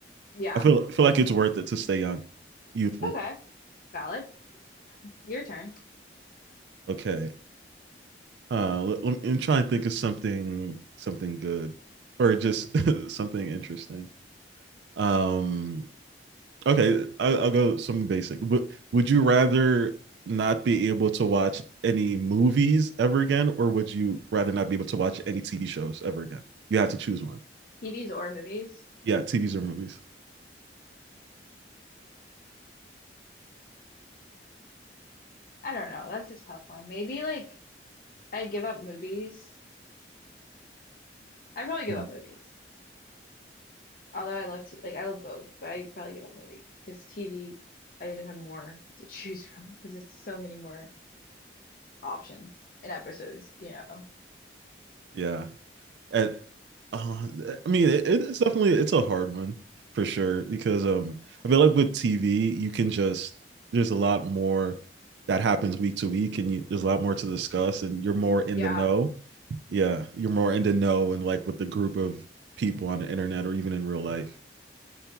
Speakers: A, on the left; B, on the right.
A: Yeah.
B: I feel feel like it's worth it to stay young, youthful.
A: Okay. Valid. Your turn. <laughs>
B: Okay. Uh, let, let me try and think of something something good or just <laughs> something interesting. Um, okay, I, I'll go something basic. But would you rather not be able to watch any movies ever again, or would you rather not be able to watch any TV shows ever again? You have to choose one.
A: TVs or movies?
B: Yeah, TVs or movies.
A: I don't know. That's a tough one. Maybe like I give up movies. I probably give
B: Hmm.
A: up movies. Although I love t like I love both, but I probably give up movie because TV I just have more to <laughs> choose from because it's so many more options and episodes, you know.
B: Yeah. at uh, I mean, it, it's definitely it's a hard one for sure because um I feel like with TV you can just there's a lot more that happens week to week and you, there's a lot more to discuss and you're more in
A: Yeah,
B: the know. Yeah, you're more in the know and like with the group of people on the internet or even in real life